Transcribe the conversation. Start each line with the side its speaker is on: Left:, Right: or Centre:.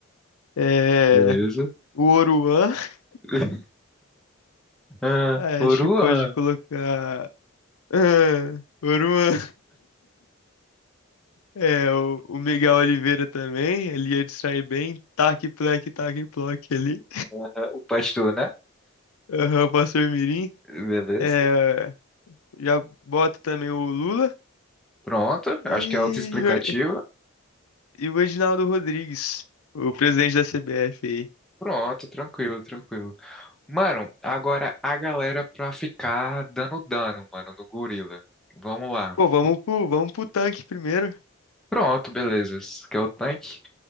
Left: É,
Centre: Beleza?
Left: o Oruan. <laughs>
Centre: <laughs> Ah,
Left: Ah,
Centre: Oruan.
Left: acho que pode colocar. Ah, Oruan. É, o, o Miguel Oliveira também. Ele ia distrair bem. Tac, plec, tac, ploc ali.
Centre: Aham, O pastor, né?
Left: Aham, o pastor Mirim.
Centre: Beleza.
Left: É, Já bota também o Lula
Centre: Pronto,
Left: e,
Centre: acho que é autoexplicativo.
Left: e o Reginaldo Rodrigues, o presidente da CBF aí.
Centre: Pronto, tranquilo, tranquilo. Mano, agora a galera pra ficar dando dano, mano, no gorila. Vamos lá.
Left: Pô, vamos pro, vamos pro tanque primeiro.
Centre: Pronto, beleza. Esse aqui é o tanque.